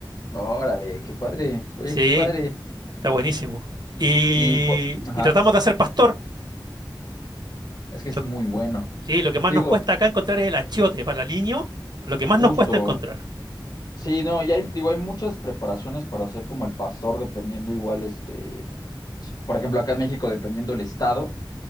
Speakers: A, on the left; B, on the right.
A: Órale, qué padre. Oye,
B: Sí,
A: qué padre.
B: está buenísimo. Y,
A: Y, po- ajá,
B: y tratamos de hacer pastor.
A: es que es
B: Lo-
A: muy bueno.
B: sí, lo que más
A: Digo,
B: nos cuesta acá encontrar es el achiote para el aliño. Lo que
A: Justo.
B: más nos cuesta encontrar.
A: Sí, no, y hay, digo, hay muchas preparaciones para hacer como el pastor, dependiendo igual, este, pues, por ejemplo, acá en México, dependiendo el estado,